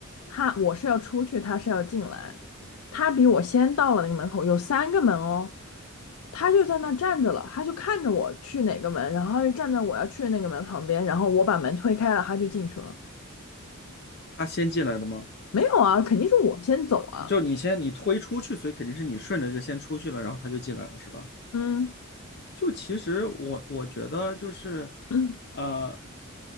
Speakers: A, on the left; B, on the left.
A: 他我是要出去，他是要进来。他比我先到了那个门口，有三个门哦，他就在那站着了，他就看着我去哪个门，然后他就站在我要去的那个门旁边，然后我把门推开了，他就进去了。
B: 他先进来的吗？
A: 没有啊，肯定是我先走啊。
B: 就你先你推出去，所以肯定是你顺着就先出去了，然后他就进来了，是吧？
A: 嗯
B: 就其实我我觉得就是，
A: 嗯，
B: 呃，